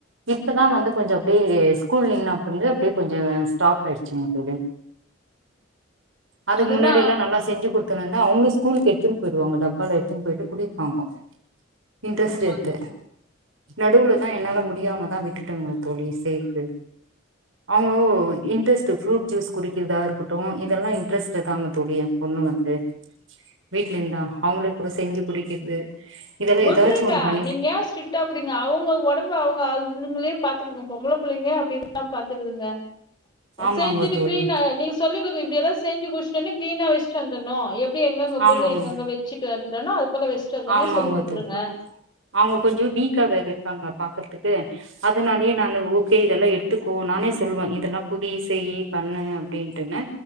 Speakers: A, on the right; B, on the left.
A: இப்பதா வந்து கொஞ்சோ அப்படியே ஸ்கூல் நின்னப்றம் அப்படியே கொஞ்சோ ஸ்டாப் ஆயிடுச்சுங்க தோழி அதுக்கு
B: அதெல்லா
A: முன்னாடி எல்லா நல்லா செஞ்சு கொடு கு வந்த அவங்க ஸ்கூலுக்கு எடுத்துன்னு போயிடுவாங்க டப்பால எடுத்துன்னு போயிட்டு குடிப்பாங்க இன்ட்ரெஸ்ட்
B: ஆமா
A: எத்து
B: தோழி
A: நடுவுலதா என்னால முடி தெரியாம தா விட்டுட்டங்க தோழி சேந்து அவங்க இன்ரெஸ்ட்டு ப்ரூ ஜூஸ் குடிக்கிறதா இருக்கட்டு இதெல்லா இன்ட்ரெஸ்டு தாங்க தோழி என் பொண்ணு வந்து வீட்ல இருந்தா அவங்களே கூட செஞ்சு குடிக்கிறது இதெல்லா
B: விட்ருங்க
A: ஏதாச்சு ஒண்ணு பண்ணி
B: நீங்க ஏ ஸ்ட்டா புடிங்க அவங்க உடம்பு அவங்க அதுங்களே பாத்துக்கங்க பொம்பளை பிள்ளைங்க அப்படிதா பாத்துக்குதுங்க
A: ஆமாங்க
B: செஞ்சுட்டு
A: தோழி
B: கீளினா நீங்க சொல்லி <inaudible> இப்டியல்லா செஞ்சு முட்ச்டஒன்னே கீளீனா வச்சிட்டு வந்துரனு எப் கி எங்கங்க பொர்ல
A: ஆமாங்க
B: எங்கங்க வெச்சி <unintelligible> போல வெஸ்டு வந்தனா
A: ஆமாங்க
B: சொல்லு குட்த்துருங்க
A: தோ அவங்க கொஞ்சோ வீக்கா வேர இருக்காங்க பாக்றதுக்கு அதனாலயே நானு ஓகே இதெல்லா எடுத்துக்கோ நானே சொல்லுவே இதெல்லா குடி செய்யி பண்ணு அப்டின்ட்டுனு